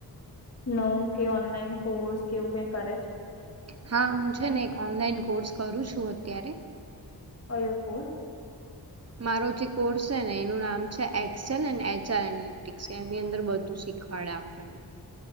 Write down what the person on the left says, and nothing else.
નવું કે ઓનલાઈન કોર્સ કેવું કઈ કરે છે
ક કણ